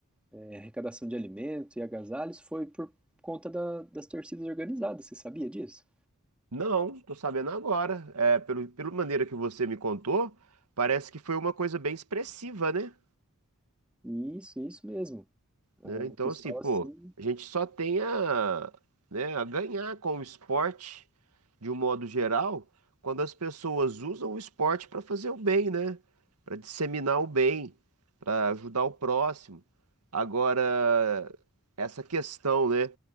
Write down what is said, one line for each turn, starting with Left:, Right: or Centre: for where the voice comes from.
Centre: é, arrecadação de alimento e agasalhos, foi por conta da, das torcidas organizadas, você sabia disso?
Right: Não, tô sabendo agora. É, pelo, pela maneira que você me contou, parece que foi uma coisa bem expressiva, né?
Centre: Isso, isso mesmo. Ah,
Right: né? Então,
Centre: O pessoal,
Right: assim, pô,
Centre: assim,
Right: a gente só tem a, né, a ganhar com o esporte, de um modo geral, quando as pessoas usam o esporte para fazer o bem, né? Para disseminar o bem, para ajudar o próximo. Agora, essa questão, né?